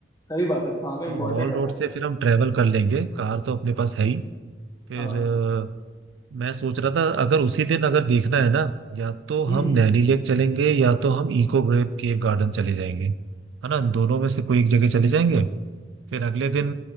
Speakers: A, on the left; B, on the right.
A: सही बात है खाना इम्पोर्टेंट
B: तो मॉल
A: है
B: रोड
A: यार
B: से फिर हम ट्रेवल कर लेंगे कार तो अपने पास है ही फिर
A: हाँ
B: अ, मैं सोच रहा था अगर उसी दिन अगर देखना है ना या तो
A: हम्म
B: हम नैनी लेक चलेंगे या तो हम इको केव गार्डन चले जाएंगे है ना दोनों में से कोई एक जगह चले जाएंगे फिर अगले दिन